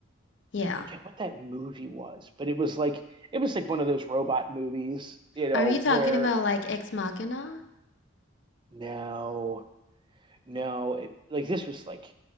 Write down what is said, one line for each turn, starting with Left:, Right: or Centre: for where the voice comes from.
Left: yeah
Right: I forget what that movie was, but it was like it was like one of those robot movies, you know,
Left: are you talking
Right: where
Left: about like ex machina
Right: no, no, it, like this was like